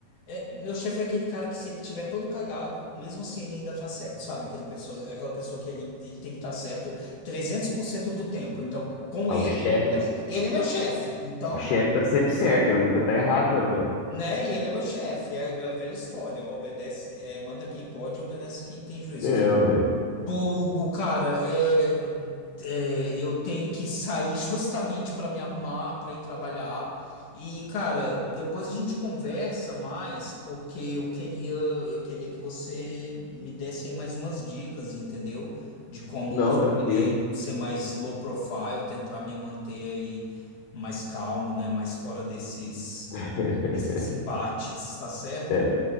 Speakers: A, on the left; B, on the left.
A: É, meu chefe é aquele cara que se ele tiver todo cagado, mesmo assim ele ainda tá certo, sabe? Aquele pessoa, aquela pessoa que ele, ele tem que estar certo 300% do tempo. Então, com
B: Ah,
A: ele,
B: o chefe,
A: e ele é meu, e ele é meu chefe. Então,
B: o chefe tá sempre certo, ele nunca tá errado, não, ué.
A: né? E ele é meu chefe. É é a velha história. Obedece, é, manda quem pode, obedece quem tem juízo.
B: É, ué.
A: Pô, Hugo, cara, é, é, eu tenho que sair justamente para me arrumar, para ir trabalhar. E, cara, depois a gente conversa mais, porque eu queria, eu queria que você me desse aí mais umas dicas, entendeu? De como
B: Não,
A: ser,
B: tranquilo.
A: ser mais low profile, tentar me manter aí mais calmo, né? Mais fora desses,
B: <laughs>
A: desses embates, tá certo?
B: É,